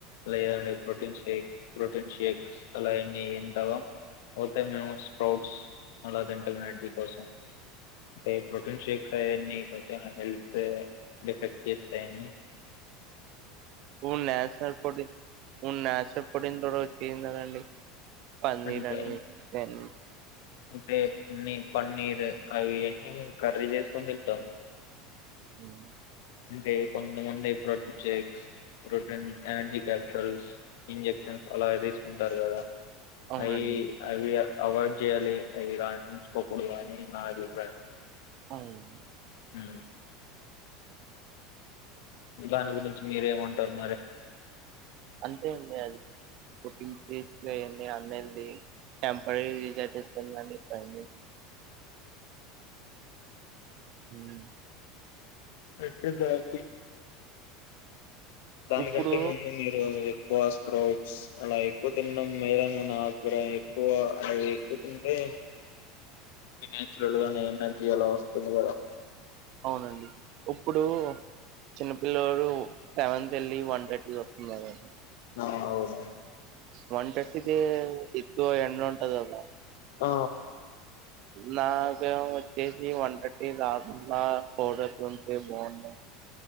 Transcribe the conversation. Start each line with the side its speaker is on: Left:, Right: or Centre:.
Left: లేదండి ప్రోటీన్ షేక్ ప్రోటీన్ షేక్ ఆలయన్ని ఏ తాగా పోతే మేము స్పోర్ట్స్ అలా తింటము ఎనర్జీ కోసం ఏ ప్రోటీన్షేక్ ఆయన్ని కొంచం హెల్ప్సే ఎఫెక్ట్ చేస్తయని
Right: ఫుడ్ నాచురల్ ఫుడ్ తీ ఫుడ్ నాచురల్ ఫుడ్ ఇంద రోజ్ తీన్దా అండి. పన్నీరు
Left: అంటే
Right: అని నేన్
Left: అంటే పన్నీ పన్నీర్ అవివన్నీ మేము కర్రీ చేసుకొని తింటము.
Right: ఉమ్
Left: అంటే కొంతమంది ప్రోటీన్ షేక్స్ ప్రోటీన్ క్యాండీకపిటల్స్ ఇంజక్షన్స్ అలా తీసుకుంటారు. కదా
Right: అవునండి
Left: అయి అవి అవాయిడ్ జేయాలి ఆవిరకంచ్ పోకూడదని నా అభిప్రాయం.
Right: అవును
Left: మ్ ఎలాంటి గురించి మీరేమంటారు మరే
Right: అంతే అండి అది కుకింగ్ చేస్తే అన్నీ ఆన్లైన్డీ టెంపరీ గా ఇది అది జెత్తండి అని పిత్తంది ఉమ్
Left: పెట్టే దానికి దానికంటే
Right: ఇప్పుడు
Left: ముందు మీరే వాస్ స్క్రౌట్స్ అలా ఎక్కువ తినడంవల్ల ను నాక్ ఎక్కువ అవి ఎక్కువ తింటే నాచురల్ గానే ఎనర్జీ ఎలా వస్తుంది. కదా
Right: అవునండి ఇప్పుడు చిన్నపిల్లోడు సెవెన్త్ వెళ్ళి వన్ థర్టీ వస్తుంది అలా
Left: అ అవును
Right: వన్ థర్టీ కి ఎక్కువ ఎండ ఉంటది గదా
Left: ఆ
Right: నాకేమో వచ్చేసి <unintelligible> రాకున్నా కోడలికి వస్తే బాగుంటాది